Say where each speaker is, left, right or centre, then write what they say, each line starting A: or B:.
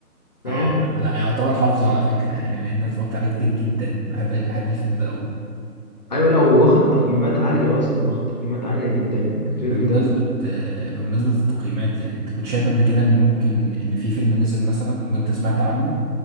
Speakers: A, on the left; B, on the right.
A: فاهم
B: اه لا لا، يعتبر حافظه على فكرة يعني لأن أنا اتفرجت عليه كتير جدا بحب بحب الفيلم ده أوي
A: ايوه لا هو واخد تقييمات عالية اصلا واخد تقييمات عالية جدا الفيلم
B: بمناسبة
A: ده
B: آه، بمناسبة التقييمات يعني انت كنت شايف قبل كده ان ممكن ان في فيلم نزل مثلا وانت سمعت عنه